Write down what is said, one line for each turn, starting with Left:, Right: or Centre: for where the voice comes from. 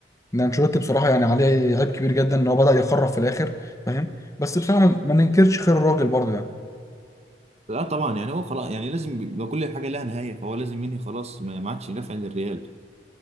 Left: ان انشيلوتي بصراحه يعني عليه عيب كبير جدا ان هو بدا يخرف في الاخر فاهم بس بصراحه ما ما ننكرش خير الراجل برضه يعني
Right: لا طبعا يعني هو خلاص يعني لازم يبقى كل حاجه لها نهايه فهو لازم ينهي خلاص ما ما عادش يدافع للريال